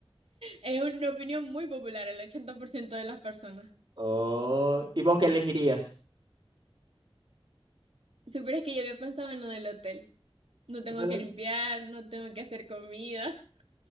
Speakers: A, on the right (about 75°); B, on the right (about 55°).
A: Es una opinión muy popular, el 80% de las personas.
B: Oh, ¿y vos qué elegirías?
A: Supieras que yo había pensado en lo del hotel. No tengo
B: Claro.
A: que limpiar, no tengo que hacer comida.